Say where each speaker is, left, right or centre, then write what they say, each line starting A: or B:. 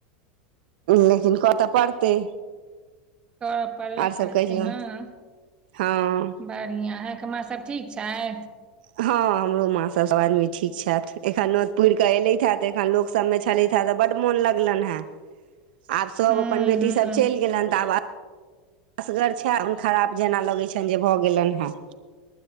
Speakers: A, on the right (about 75°); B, on the right (about 20°).
A: लेकिन कतऽ पड़तै
B: करऽ पड़बे
A: आर सब
B: करतै
A: कहियौ
B: हाँ
A: हँ
B: बढ़िआँ अहके माँ सब ठीक छैथ।
A: हँ हमरो माँ सब सभ आदमी ठीक छथि एखन नोत पुर कऽ एलथि हे त एखन लोक सब मे छलथि हे तऽ बड मोन लगलनि हें आब सब
B: हूँ
A: अपन बेटी
B: हूँ
A: सब चलि गेलेन तऽ आब असगर छे मोन खराब जेना लगैत छेय जेना भऽ गेलेन हँ।